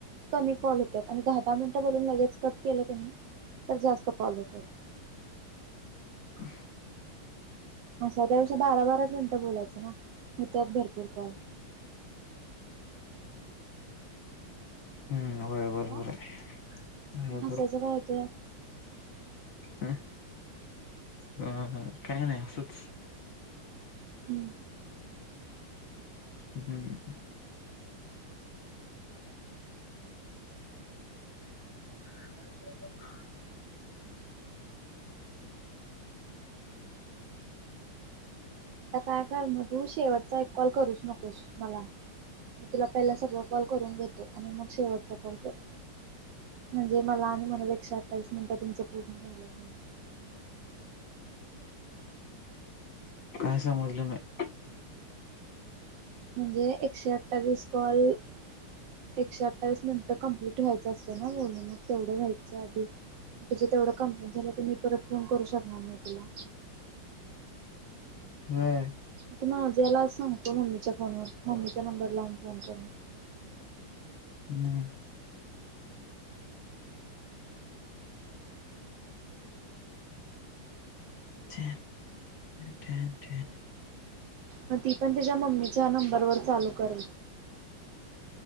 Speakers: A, on the right; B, on the left.
A: कमी कॉल होतात आणि दहा दहा मिनिटं बोलून लगेच कट केलं की नाही. तर जास्त कॉल येतात.
B: अ
A: असा त्या दिवष बारा बाराच मिनटं बोलायचं ना होत्यात भरपूर कॉल,
B: हम् होय बरोबर
A: हो
B: आहे होय
A: हसायचं काय होतो या.
B: ह ह काय नाही असंच.
A: हम्म
B: हम्. <inaudible>
A: आता काय कर मग तू शेवटचा एक कॉल करूच नकोस मला मी तुला पहिला सगळं कॉल करून देतो आणि मग शेवटचा कॉल कर म्हणजे मला आणि मला एकशे अठ्ठावीस मिनिटं तुमचं पूर्ण झालं म्हण
B: काय समजलं नाही
A: म्हणजे एकशे अठ्ठावीस कॉल एकशे अ्ठवीस मिनिटं कं्प्लीट व्हायच असते ना बोलून मग तेवढे व्हायचं आधी तुझं तेवढं कंप्लेंट झालं तर मी परत फोन करू शकणार नाही तुला
B: हम्
A: आता नाझ यालाज सांगतो मम्मीच्या फोनवर मम्मीच्या नंबर लावून फोन करून
B: हम् ते ते
A: मग ती पण त्याच्या मम्मीच्या नंबरवरर चालू करल